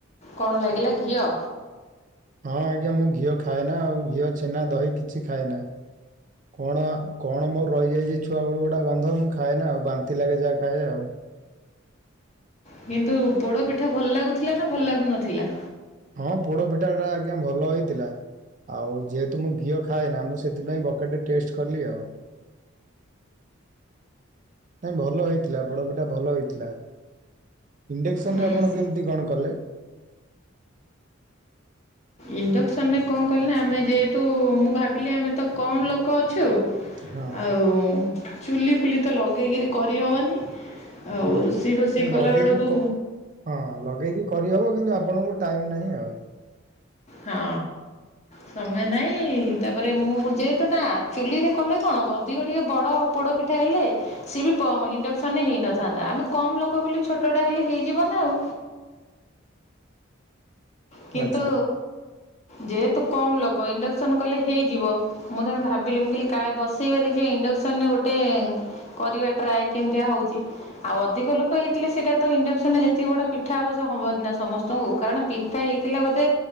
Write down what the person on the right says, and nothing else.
ହଁ ଆଜ୍ଞା ମୁଁ ଘିଅ ଖାଏନା ଆଉ ଘିଅ ଛେନା ଦହି କିଛି ଖାଏନା। କଣ କଣ ମୋର ରହିଯାଇଛି ଛୁଆବେଳୁ ଗୁଡ଼ା ଗନ୍ଧ ମୁଁ ଖାଏ ନା ଆଉ ବାନ୍ତି ଲାଗେ ଯାହା ଖାଏ ଆଉ।
ହଁ ପୋଡ଼ପିଠା ଟା ଆଜ୍ଞା ଭଲ ହେଇଥିଲା। ଆଉ ଯେହେତୁ ମୁଁ ଘିଅ ଖାଏ ନା ମୁଁ ସେଥିପାଇଁ ବକଟେ ଟେଷ୍ଟ କଲି ଆଉ। ନାଇଁ ଭଲ ହେଇଥିଲା ପୋଡ଼ପିଠା ଭଲ ହେଇଥିଲା। ଇଣ୍ଡକ୍ସନରେ
ଆପଣ କେମିତି କଣ କଲେ?
ହଁ
ହଁ।
ନାଇଁ
ଲଗେଇକି କ ହଁ ଲଗେଇକି କରିହବ କିନ୍ତୁ ଆପଣଙ୍କୁ ଟାଇମ୍ ନାହିଁ ଆଉ।
ଆଚ୍ଛା।